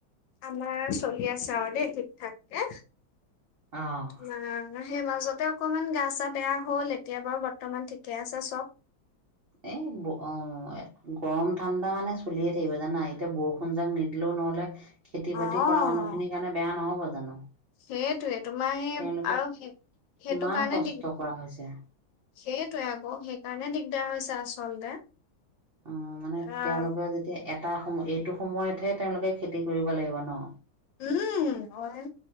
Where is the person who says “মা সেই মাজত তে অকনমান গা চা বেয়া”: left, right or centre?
Left